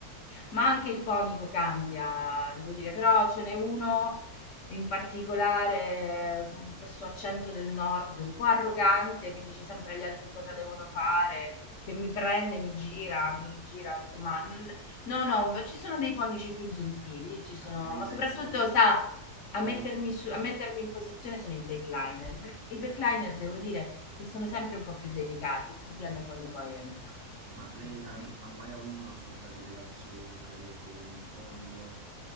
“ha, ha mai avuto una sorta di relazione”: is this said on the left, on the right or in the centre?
Right